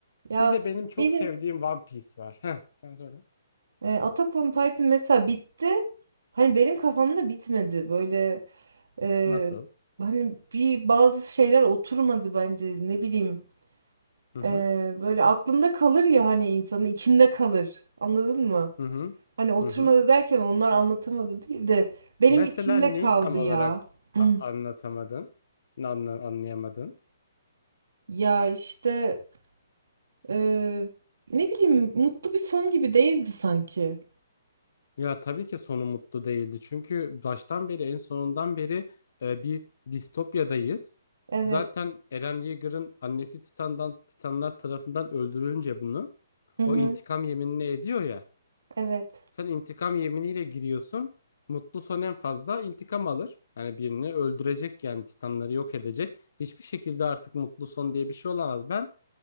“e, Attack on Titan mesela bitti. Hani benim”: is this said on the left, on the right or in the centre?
Right